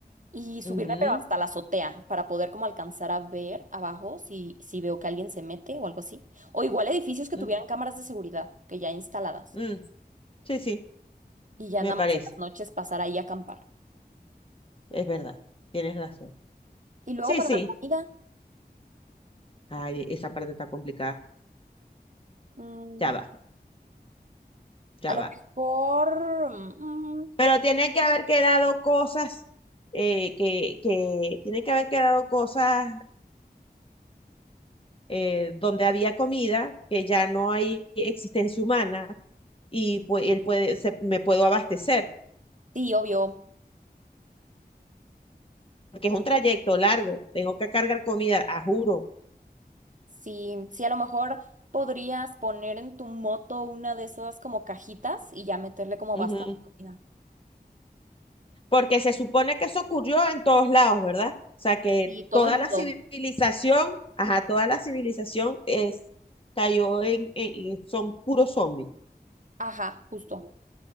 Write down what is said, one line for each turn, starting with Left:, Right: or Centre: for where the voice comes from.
Right: y subirme
Left: Ujú,
Right: pero hasta la azotea para poder como alcanzar a ver abajo si, si veo que alguien se mete o algo así. O igual edificios que
Left: ujú,
Right: tuvieran cámaras de seguridad, que ya instaladas.
Left: mm. Sí, sí,
Right: y ya
Left: me
Right: nada
Left: parece.
Right: más en las noches pasar ahí a acampar.
Left: Es verdad. Tienes razón.
Right: Y luego
Left: Sí,
Right: para
Left: sí.
Right: la comida,
Left: Ay, esa parte está complicada.
Right: mm,
Left: Ya va, ya
Right: a lo
Left: va.
Right: mejor, mm,
Left: Pero tienen que haber quedado cosas eh, que, que tienen que haber quedado cosas eh, donde había comida, que ya no hay existencia humana y pues él puede, se- me puedo abastecer.
Right: sí, obvio,
Left: porque es un trayecto largo, tengo que cargar comida, a juro.
Right: sí, sí, a lo mejor podrías poner en tu moto una de esas como cajitas y ya meterle como
Left: Ujú.
Right: bastante comida.
Left: Porque se supone que eso ocurrió en todos lados, ¿verdad? O sea, que
Right: Y todo
Left: toda
Right: el mundo,
Left: la civilización, ajá, toda la civilización es, cayó en, en- en- son puros zombies.
Right: ajá, justo.